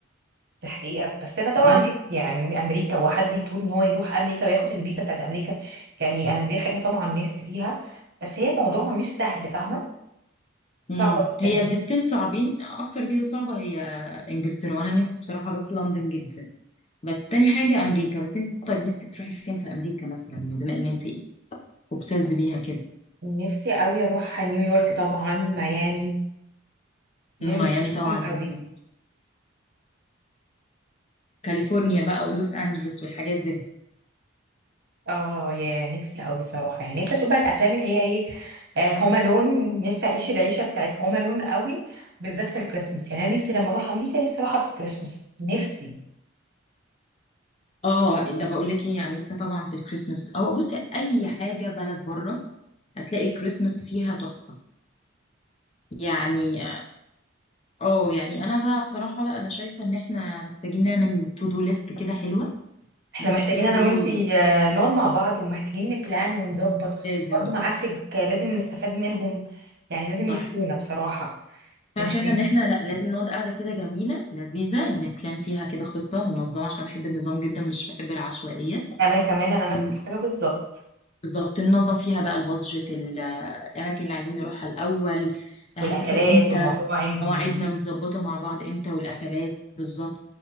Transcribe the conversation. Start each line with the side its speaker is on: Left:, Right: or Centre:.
Right: دي حقيقة بس أنا طبعا
Left: طب ن-
Right: نفسي يعني أمريكا وحد يطول إن هو يروح أمريكا وياخد الفيزا بتاعت أمريكا يعني أنا دي حاجة طبعا نفسي فيها بس هي موضوعها مش سهل فاهمة
Left: مم.
Right: صعبة
Left: هي
Right: جدا
Left: فيزتين صعبين أكتر فيزا صعبة هي إنجلترا وأنا نفسي بصراحة أروح لندن جدا بس تاني حاجة أمريكا بس أنت طيب نفسك تروحي فين في أمريكا مثلا يعني بما إن أنت أوبسيسد بيها كده
Right: نفسي قوي اروح نيويورك طبعا ميامي
Left: ميامي
Right: دول نفسي اروحهم
Left: طبعا
Right: قوي
Left: دي مهمة. كاليفورنيا بقى ولوس أنجلوس والحاجات دي
Right: اه يا نفسي أوي صراحة يعني نفسي أشوف بقى الأفلام اللي هي إيه آه هوم ألون نفسي أعيش العيشة بتاعت هوم ألون أوي بالذات في الكريسماس يعني أنا نفسي لما أروح أمريكا نفسي أروحها في الكريسماس نفسي
Left: اه ده بقول لك ايه امريكا طبعا في الكريسماس او بصي اي حاجه بلد بره هتلاقي الكريسماس فيها تحفه يعني اه يعني انا بقى بصراحه لا انا شايفه ان احنا محتاجين نعمل تو دو ليست كده حلوه
Right: احنا
Left: نحط
Right: محتاجين
Left: فيها كل
Right: انا وانتي
Left: اللي
Right: آه، نقعد مع بعض ومحتاجين نبلان ونظبط
Left: لازم
Right: برضو معارفك آه، لازم نستفاد منهم يعني لازم
Left: صح
Right: يفيدونا بصراحة
Left: فانا
Right: يعني
Left: شايفه
Right: احنا
Left: ان احنا لا لازم نقعد قاعده كده جميله لذيذه نبلان فيها كده خطه منظمه عشان بحب النظام جدا مش بحب العشوائيه
Right: انا كمان انا نفس
Left: ون-
Right: الحاجة بالظبط
Left: بالظبط ننظم فيها بقى البادجت ال- الاماكن اللي عايزين نروحها الاول هنسافر
Right: والاكلات
Left: امتى
Right: والمطاعم
Left: مواعيدنا
Right: وال-
Left: متظبطه مع بعض امتى والاكلات بالظبط